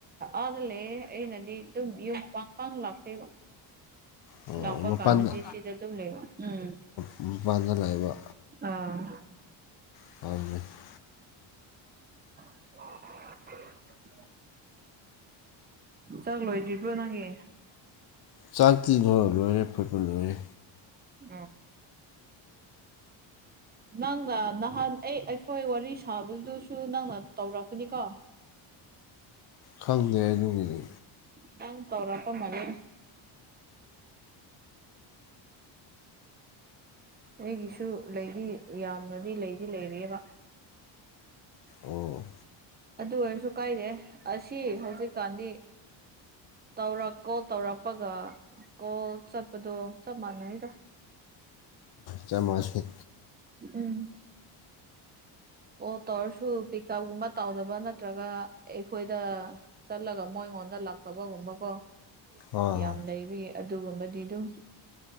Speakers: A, on the right; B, on the left.
A: ꯑꯥꯗ ꯂꯩꯑꯦ ꯑꯩꯅꯗꯤ ꯑꯗꯨꯝ ꯌꯨꯝ ꯄꯪ ꯄꯥꯡ ꯂꯥꯛꯇꯦꯕ꯫
B: ꯑꯣ
A: ꯂꯥꯛꯄ
B: ꯃꯄꯥꯟꯗ
A: ꯀꯥꯟꯗꯁꯤꯗ ꯑꯗꯨꯝ ꯂꯩꯕ ꯎꯝ꯫
B: ꯃꯄꯥꯟꯗ ꯂꯩꯕ
A: ꯑꯥ꯫
B: <unintelligible>
A: <inaudible> ꯆꯥꯛ ꯂꯣꯏꯗ꯭ꯔꯤꯕ꯭ꯔꯣ ꯅꯪꯒꯤ
B: ꯆꯥꯛꯇꯤꯗꯨ ꯂꯣꯏꯔꯦ ꯐꯨꯠꯄ ꯂꯣꯏꯔꯦ
A: ꯎ ꯅꯪꯒ ꯅꯍꯥꯟ ꯑꯩ ꯈꯣꯏ ꯋꯥꯔꯤ ꯁꯥꯕꯗꯨꯁꯨ ꯅꯪꯅ ꯇꯧꯔꯛꯄꯅꯤꯀꯣ
B: ꯈꯪꯗꯦ ꯑꯗꯨꯒꯤꯗꯤ
A: ꯅꯪ ꯇꯧ꯭ꯔꯄ ꯃꯥꯂꯦ ꯑꯩꯒꯤꯁꯨ ꯂꯩꯗꯤ ꯌꯥꯝꯅꯗꯤ ꯂꯩꯗꯤ ꯂꯩꯔꯦꯕ
B: ꯑꯣ
A: ꯑꯗꯨ ꯑꯣꯏꯔꯁꯨ ꯀꯥꯏꯗꯦ ꯑꯁꯤ ꯍꯧꯖꯤꯛꯀꯥꯟꯗꯤ ꯇꯧꯔꯛ ꯀꯣꯜ ꯇꯧꯔꯛꯄꯒ ꯀꯣꯜ ꯆꯠꯄꯗꯣ ꯆꯞ ꯃꯥꯟꯅꯩꯗ
B: ꯆꯞ ꯃꯥꯅꯩ
A: ꯎꯝ ꯀꯣ ꯇꯧꯔꯁꯨ ꯄꯤꯀꯞꯒꯨꯝꯕ ꯇꯧꯗꯕ ꯅꯠꯇ꯭ꯔꯒ ꯑꯩꯈꯣꯏꯗ ꯆꯠꯂꯒ ꯃꯣꯏ ꯑꯩꯉꯣꯟꯗ ꯂꯥꯛꯇꯕꯒꯨꯝꯕꯀꯣ
B: ꯑꯥ
A: ꯌꯥꯝ ꯂꯩꯕꯒꯤ ꯑꯗꯨꯒꯨꯝꯕꯗꯤ ꯑꯗꯨꯝ